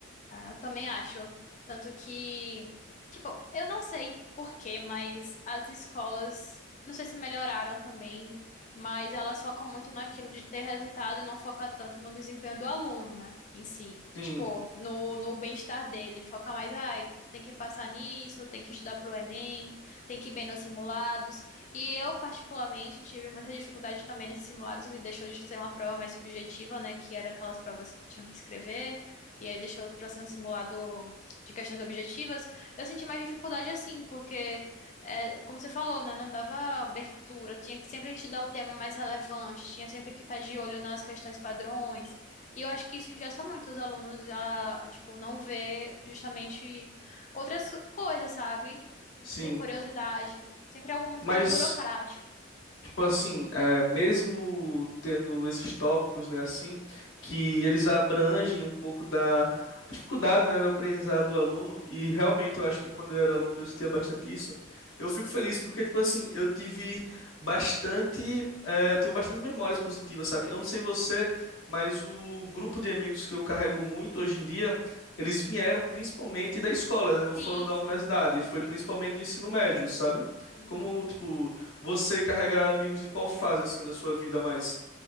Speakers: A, on the left; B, on the left.
A: Ah, eu também acho. Tanto que, tipo, eu não sei por quê, mas as escolas, não sei se melhoraram também, mas elas focam muito naquilo de ter resultado e não foca tanto no desempenho do aluno, né, em si.
B: Sim,
A: Tipo, no, no bem-estar dele. Foca mais, ai, tem que passar nisso, tem que estudar pro Enem, tem que ir bem nos simulados. E eu, particularmente, tive muita dificuldade também nesses simulados e deixou de ser uma prova mais subjetiva, né, que era aquelas provas que tinham que escrever e aí deixou para ser um simulado de questões objetivas, eu senti mais dificuldade assim, porque, é, como você falou, né, não dava abertura, tinha que sempre estudar o tema mais relevante, tinha sempre que estar de olho nas questões padrões, e eu acho que isso engessa muito os alunos a, tipo, não ver justamente outras coisas, sabe?
B: sim.
A: Ter curiosidade, sempre algo muito
B: Mas.
A: mais burocrático.
B: Tipo assim, é, mesmo tendo esses tópicos, né, assim, que eles abrangem um pouco da dificuldade, né, do aprendizado do aluno, e realmente eu acho que quando eu era aluno eu sentia bastante isso, eu fico feliz porque, tipo assim, eu tive bastante, é, tenho bastante memórias positivas, sabe? Eu não sei você, mas o grupo de amigos que eu carrego muito hoje em dia, eles vieram principalmente da escola, né, não
A: Sim,
B: foram da
A: sim,
B: universidade, foi
A: entendo.
B: principalmente do ensino médio, sabe?
A: Uhum.
B: Como, tipo, você carrega amigos de qual fase, assim, da sua vida mais?